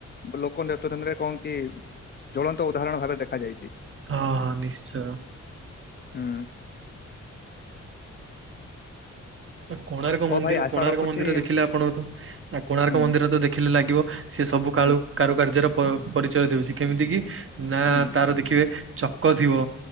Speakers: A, on the left; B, on the right.
A: ଲୋକ <unintelligible> ରେ କଣ କି ଜଳନ୍ତ ଉଦାହରଣ ଭାବେ ଦେଖାଯାଇଛି।
B: ହଁ ହଁ ନିଶ୍ଚୟ।
A: ହୁଁ।
B: କୋଣାର୍କ
A: ହଉ
B: ମନ୍ଦିର
A: ଭାଇ ଆଶା
B: କୋଣାର୍କ
A: ରଖୁଛି
B: ମନ୍ଦିର ଦେଖିଲେ ଆପଣଙ୍କୁ ତ କୋଣାର୍କ
A: ହୁଁ
B: ମନ୍ଦିର ତ ଦେଖିଲେ ଲାଗିବ ସେ ସବୁ କାଳୁ
A: ହୁଁ।
B: କାରୁକାର୍ଯ୍ୟର ପ ପରିଚୟ ଦଉଛି କେମିତି କି? ନା
A: ହୁଁ
B: ତାର ଦେଖିବେ ଚକ ଥିବ।